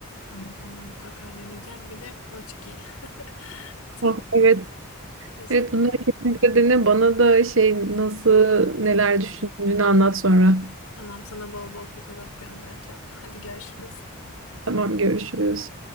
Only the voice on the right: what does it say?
Ah, Evet.
Evet bunları kesinlikle dene. Bana da şey nasıl neler düşündüğünü anlat sonra.
Tamam görüşürüz.